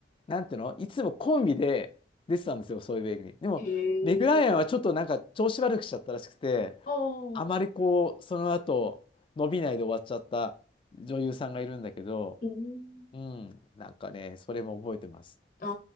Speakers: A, on the left; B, on the left.
A: なんていうの、いつもコンビで出てたんですよ、そういう映画に。でも、
B: へ
A: メグ・
B: え。
A: ライアンはちょっとなんか調子悪くしちゃったらしくて、
B: おー、
A: あまりこう、その後、伸びないで終わっちゃった女優さんがいるんだけど、
B: うん
A: うん、なんかね、それも覚えてます。
B: あ